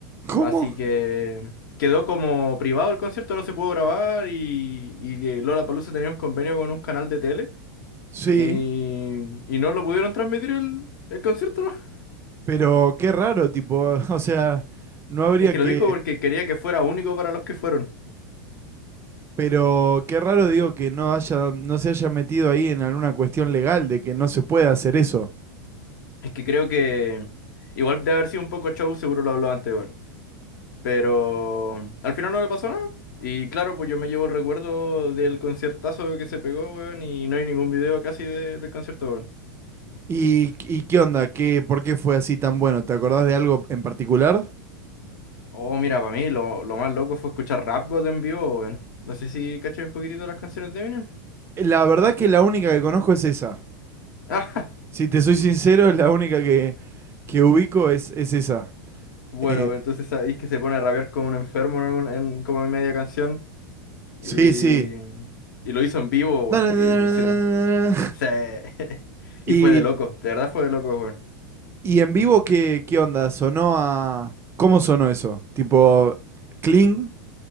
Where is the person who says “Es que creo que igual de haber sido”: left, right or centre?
Left